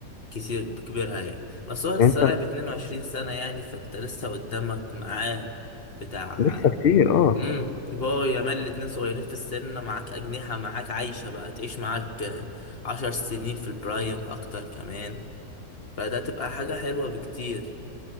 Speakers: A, on the left (about 35°); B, on the left (about 70°).
A: كتير بكبرها يعني بس هو لسه
B: يعني انت
A: لاعب اتنين وعشرين سنة يعني فانت لسه قدامك معاه بتاع
B: لسه كتير اه
A: امم يبقى يامال الاتنين صغيرين في السن معاك أجنحة معاك عايشة بقى تعيش معاك آه، عشر سنين في البرايم أكتر كمان فده تبقى حاجة حلوة بكتير